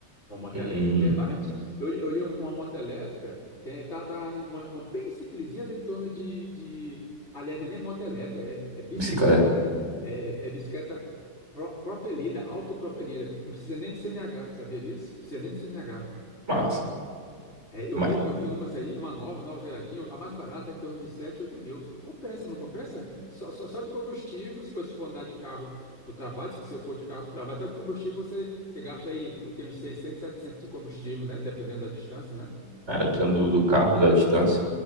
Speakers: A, on the left; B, on the right.
A: Uma moto
B: Hum,
A: elétrica, que é baratinho. Eu, olhei eu olhei uma moto elétrica, tem, tá, tá em uma, uma bem simplesinha, tá em torno de, de... Aliás, não é nem moto elétrica, é, é bicicleta,
B: bicicleta.
A: é, é bicicleta pro, propelida, autopropelida. Não precisa nem de CNH, tu sabia disso? Não precisa nem de CNH.
B: Massa.
A: É, eu
B: Mas,
A: vi, um- eu vi umas aí, uma nova, nova zeradinha, a mais barata, tá em torno de 7 8 mil. Compensa, não compensa? Só, só, só de combustível, se você for andar de carro para o trabalho, se você for de carro para o trabalho, só de combustível você, você gasta aí o que, uns 600, 700 de combustível, né? Dependendo da distância, né?
B: é, dependendo do, do carro, da distância.